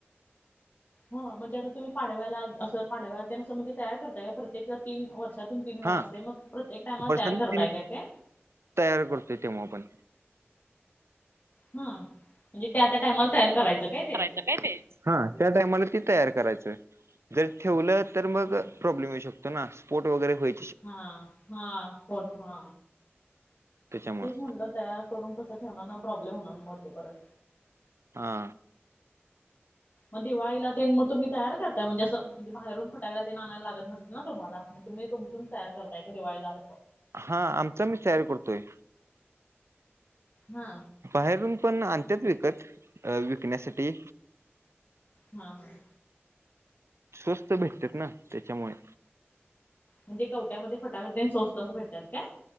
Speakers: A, on the left; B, on the right.
A: हो म्हणजे आता तुम्ही पाडव्याला असं पाडव्याला असं म्हणजे तयार करताय का प्रत्येक तीन वर्षात. दोन तीन वेळा
B: हा
A: असते मग प्रत्येक टायमाला
B: वर्षांनी
A: तयार करताय काय ते
B: तयार करतोय तेव्हा आपण
A: हा म्हणजे ते त्या टायमाला तयार करायचं काय ते
B: करायचं हा त्या टायमाला ते तयार करायचं जर ठेवलं तर मग
A: हं.
B: प्रॉब्म येऊ शत ना स्पोट वगरे होय.
A: हा हाठ ह.
B: त्याच्यामुळे
A: हेच म्हटलं तयार करून कसं ठेवणार प्रॉब्लेम होणार म ते परत
B: हा.
A: मग दिवाळीला ते मग तुम्ही तयार करताय म्हणजे असं म्हणजे बाहेरून फटाकायला ते नायला लागत नसतील ना तुम्हाला. म तुम्ही तुम तु तया करताय का दिवाळीला लाल
B: हा आमचा मी तयार करतोय.
A: हा.
B: बाहेरून पण अंत्याेत विकत विकण्यासाठी
A: हां हां.
B: स्वस्त भेटत ना त्याच्यामुळे.
A: म्हणजे कवट्यामध्ये फटाकट दे स्वस्त असं भेटतात का?